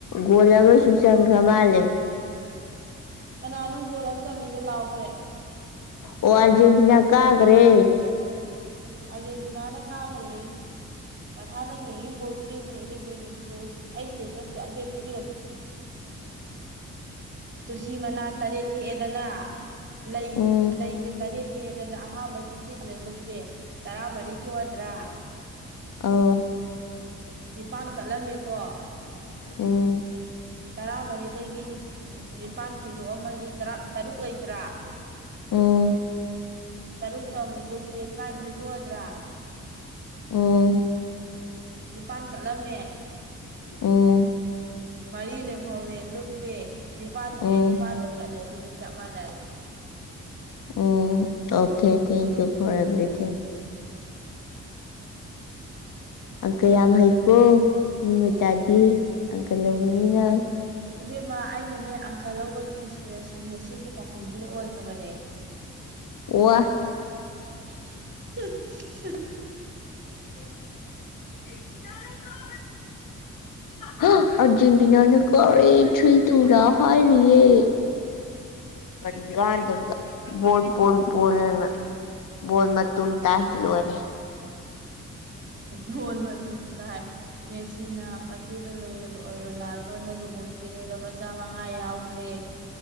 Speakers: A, on the left; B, on the right.
A: ꯒꯣꯜ ꯑꯃꯁꯨ ꯆꯟꯒ꯭ꯔ ꯃꯥꯜꯂꯦ
B: ꯀꯅꯥꯅꯣ ꯒꯣꯜ ꯑꯃ ꯆꯠꯂꯤꯁꯦ ꯂꯥꯎꯒ꯭ꯔꯦ
A: ꯑꯣ ꯑꯔꯖꯦꯟꯇꯤꯅꯥ ꯀꯥꯒ꯭ꯔꯦ
B: ꯑꯥꯔꯖꯦꯟꯇꯤꯅꯥꯅ ꯀꯥꯒꯔꯦꯌꯦ ꯃꯊꯥꯅ ꯌꯦꯡꯉꯤ ꯕꯣꯜ ꯊꯦꯡꯅ ꯍꯌꯦꯡ ꯌꯦꯡꯗꯖꯨ ꯇꯣꯛ ꯑꯣ ꯑꯩ ꯏꯁꯇꯦꯇꯁ ꯇ ꯑꯞꯗꯦꯠ ꯄꯤꯕꯤꯔꯛꯀꯦ ꯇꯨꯁꯤ ꯃꯅꯥ ꯇꯔꯦꯠ ꯍꯦꯛꯑꯦꯗꯅ ꯂꯩ
A: ꯎꯝ
B: ꯂꯩꯁꯦ ꯇꯔꯦꯠ ꯍꯦꯛꯑꯦꯗꯅ ꯑꯍꯥꯥꯟꯕꯩ ꯄꯨꯈꯤꯗꯨꯅ ꯂꯨꯞꯄꯦ ꯇꯔꯥ ꯃꯔꯤ ꯊꯣꯛꯑꯗ꯭ꯔꯥ
A: ꯑꯧ
B: ꯅꯤꯄꯥꯟ ꯀꯠꯂꯝꯃꯦꯀꯣ
A: ꯎꯝ
B: ꯇꯔꯥꯃꯔꯤꯗꯒꯤꯅꯤ ꯎ ꯅꯤꯄꯥꯟ ꯈꯥꯎꯗꯣꯛꯑꯝꯃꯗꯤ ꯇꯔꯥ ꯇꯔꯨꯛ ꯂꯩꯇ꯭ꯔꯥ
A: ꯎꯝ
B: ꯇꯔꯨꯛꯇꯣ ꯑꯃꯨꯛ ꯂꯨꯞꯇꯦ ꯇ꯭ꯔꯥꯟꯊꯣꯏ ꯊꯣꯛꯑꯗ꯭ꯔꯥ
A: ꯎꯝ
B: ꯅꯤꯄꯥꯟ ꯀꯠꯂꯝꯃꯦ
A: ꯎꯝ
B: ꯃꯔꯤ ꯂꯦꯝꯍꯧꯔꯦ ꯂꯨꯞꯄꯦ ꯅꯤꯄꯥꯟ ꯊꯣꯛꯑꯦ
A: ꯎꯝ
B: ꯅꯤꯄꯥꯟꯗꯣ ꯀꯠꯂꯦ ꯑꯗꯨꯗꯤ ꯆꯞ ꯃꯥꯟꯅꯔꯦ
A: um okay thank you for everything ꯑꯪꯀ ꯌꯥꯝ ꯍꯩꯀꯣ ꯃꯤ ꯃꯆꯥꯗꯤ ꯑꯪꯀ ꯂꯧꯕꯅꯤꯅ
B: ꯏꯕꯦꯝꯃ ꯑꯩꯅꯅꯦ ꯑꯪꯀ ꯂꯧꯕꯒꯤ ꯏꯟꯁꯄꯤꯔꯦꯁꯟꯁꯦ ꯁꯤꯒꯤ ꯄꯥꯎꯈꯨꯝꯁꯤꯗ ꯑꯣꯏꯈ꯭ꯔꯕꯅꯦ <inaudible>
A: ꯑꯣꯋꯥ
B: <unintelligible>
A: <unintelligible>
B: <unintelligible> <inaudible>
A: ꯍ ꯑ꯭ꯔꯖꯦꯟꯇꯤꯅꯥꯅ ꯀꯥꯔꯦ ꯊ꯭ꯔꯤ ꯇꯨꯗ ꯍꯥꯏꯔꯤꯌꯦ ꯀꯔꯤ ꯀꯥꯟꯗꯕꯗ ꯕꯣꯜ ꯕꯣꯜ ꯕꯣꯜ ꯑꯅ ꯕꯣꯜ ꯃꯇꯨꯝ ꯇꯥꯏ ꯂꯣꯏꯔꯦ
B: ꯕꯣꯜ ꯃꯇꯨꯝ ꯇꯥꯏ ꯃꯦꯁꯤꯅ ꯃꯇꯨꯗ ꯂꯣꯌꯦꯜ ꯑꯣꯏ ꯔꯣꯅꯥꯜꯗꯣꯅ ꯂꯨꯍꯣꯡꯗ꯭ꯔꯤꯉꯩꯗ ꯃꯆꯥ ꯃꯉꯥ ꯌꯥꯎ ꯈꯔꯦ